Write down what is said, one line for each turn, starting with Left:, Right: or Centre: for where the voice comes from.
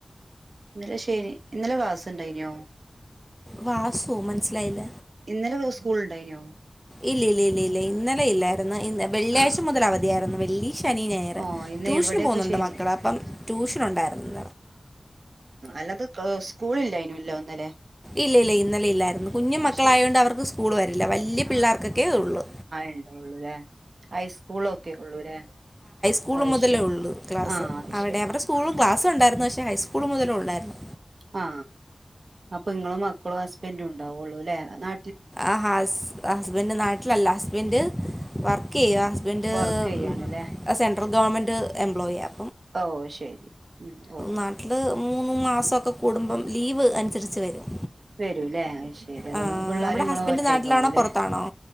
Right: ഇന്നലെ ശനി ഇന്നലെ ക്ലാസ് ഉണ്ടായിനോ
Centre: വാസോ മനസ്സിലായില്ല
Right: ഇന്നലെ സ്കൂൾ ഉണ്ടായീനോ
Centre: ഇല്ല ഇല്ല ഇല്ല ഇല്ല ഇന്നലെ ഇല്ലായിരുന്നു ഇ വെള്ളിയാഴ്ച
Right: ആ
Centre: മുതൽ അവധി ആയിരുന്നു വെള്ളി ശനി ഞായറ്
Right: ഓ ഇന്ന്
Centre: ട്യൂഷന്
Right: ഇവിടെയൊക്കെ
Centre: പോകുന്നുണ്ട്
Right: ശനി
Centre: മക്കള് അപ്പം ട്യൂഷനുണ്ടായിരുന്നു
Right: അല്ലത് സ്കൂളില്ലായിനല്ലോ ഇന്നല്ലേ
Centre: ഇല്ല ഇല്ല ഇന്നലെ ഇല്ലായിരുന്നു കുഞ്ഞു മക്കളായ
Right: ശരി
Centre: കൊണ്ട് അവർക്ക് സ്കൂൾ വരില്ല വലിയ പിള്ളേർക്കൊക്കെ ഇതള്ളു
Right: ണ്ടള്ളൂല്ലേ ഹൈസ്കൂള് ഒക്കെ ഉള്ളൂല്ലേ
Centre: സ്കൂൾ
Right: അത്
Centre: മുതലേ
Right: ശരി
Centre: ഉള്ളൂ ക്ലാസ്
Right: ആ അത്
Centre: അവിടെ
Right: ശരി
Centre: അവരുടെ സ്കൂളും ക്ലാസുണ്ടായിരുന്നു പക്ഷേ ഹൈസ്കൂൾ മുതലേ ഉള്ളായിരുന്നു
Right: ആ അപ്പൊ നിങ്ങളും മക്കളും ഹസ്ബൻ്റും ഉണ്ടാവുള്ളു ല്ലേ നാ
Centre: ആഹ് ഹസ്ബൻഡ് നാട്ടിലല്ല ഹസ്ബൻഡ് വർക്ക് ചെയ്യുവാ ഹസ്ബൻഡറ്
Right: വർക്ക് ചെയ്യാണ്ല്ലേ
Centre: സെൻട്രൽ ഗവൺമെന്റ് എംപ്ലോയി ആ
Right: ഓഹ് ശരി മ്മ് ഓഹ്
Centre: നാട്ടിൽ മൂന്ന് മാസമൊക്കെ കൂടുമ്പം ലീവ് അനുസരിച്ച് വരും
Right: വരൂല്ലേ ശരിതോളം
Centre: ആ,
Right: പിള്ളോരും
Centre: അവിടെ
Right: ഇങ്ങളോ
Centre: ഹസ്ബൻഡ്
Right: ഒറ്റക്ക്
Centre: നാട്ടിലാണോ
Right: ആവുല്ലേ
Centre: പുറത്താണോ